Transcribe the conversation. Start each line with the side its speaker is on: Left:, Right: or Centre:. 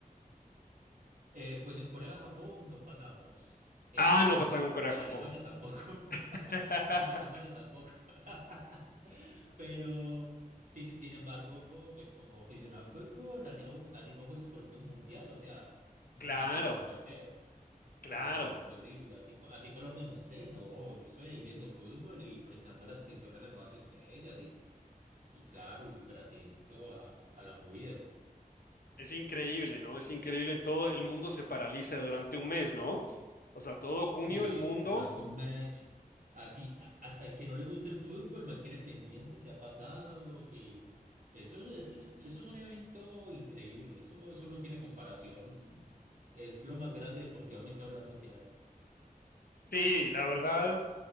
Right: eh, pues en Corea, Japón no pasamos. En,
Left: Ah, no pasa con Corea-Japón.
Right: en Alemania tampoco. <laughs>
Left: <laughs>
Right: En Alemania tampoco. <laughs> Pero, sin, sin embargo, pues como aficionado al fútbol, así no, así no juegue Colombia un mundial, o sea, no
Left: Claro,
Right: me lo voy a perder.
Left: claro.
Right: O sea, imposible. Así, co- así Colombia no esté, no. Yo estoy ahí viendo fútbol y prestando la atención a las nuevas estrellas y, y claro, y súper atento a, a la movida.
Left: Es increíble, ¿no? Es increíble. Todo el mundo se paraliza durante un mes, ¿no? O sea, todo junio
Right: Sí,
Left: el mundo.
Right: durante un mes, así, a- hasta el que no le gusta el fútbol, mantiene pendiente qué ha pasado, que eso, eso es, eso es un evento increíble, eso, eso no tiene comparación, es lo más grande deportivamente hablando que hay.
Left: Sí, la verdad.